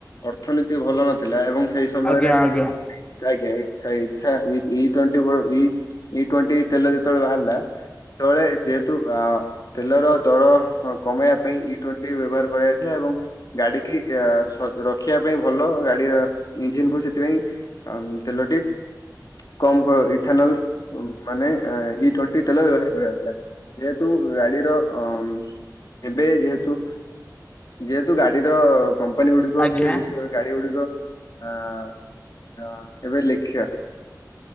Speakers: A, on the left; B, on the left.
A: ଅର୍ଥନୀତି ଭଲ ନଥିଲା ଏବଂ ସେଇ ସମୟରେ
B: ଆଜ୍ଞା ଆଜ୍ଞା।
A: ତା ଆଜ୍ଞା ଇଥା ଇଥା ଇ ଇ ଟ୍ୱେଣ୍ଟି ବଳୁ ଇ ଇ ଟ୍ୱେଣ୍ଟି ତେଲ ଯେତବଳେ ବାହାରିଲା ସେତବଳେ ଯେହେତୁ ଆ ଆ ତେଲର ଦର କମେଇବା ପାଇଁ ଇ ଟ୍ୱେଣ୍ଟି ବ୍ୟବହାର କରାଯାଇଥିଲା ଏବଂ ଗାଡ଼ି କି ୟ ସ ରଖିବା ପାଇଁ ଭଲ ଗାଡ଼ିର ଇଞ୍ଜିନ୍ କୁ ସେଥିପାଇଁ ଆମ୍ ତେଲଟି କମ୍ କର ଇଥାନଲ ମାନେ ଇ ଟ୍ୱେଣ୍ଟି ତେଲ ବ୍ୟବହାର କରା ଯାଉଥିଲା। ଯେହେତୁ ଗାଡ଼ିର ଅଂ ଏବେ ଯେହେତୁ ଯେହେତୁ ଗାଡ଼ିର କମ୍ପାନୀ ଗୁଡ଼ିକ
B: ଆଜ୍ଞା।
A: ସେଗୁଡ଼ିକ ଗାଡ଼ି ଗୁଡ଼ିକ ଅ ଅଁ ଏବେ ଲେଖିବା